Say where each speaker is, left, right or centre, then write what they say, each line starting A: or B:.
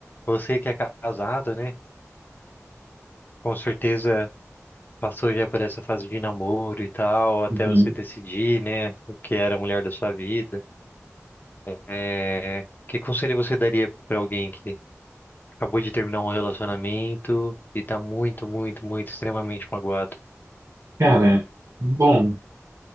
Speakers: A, on the left (about 40°); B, on the right (about 70°).
A: Você que é ca- casado, né? Com certeza passou já por essa fase de namoro e tal, até
B: uhum.
A: você decidir, né, o que era a mulher da sua vida. É... Que conselho você daria pra alguém que acabou de terminar um relacionamento e tá muito, muito, muito, extremamente magoado?
B: Cara, bom,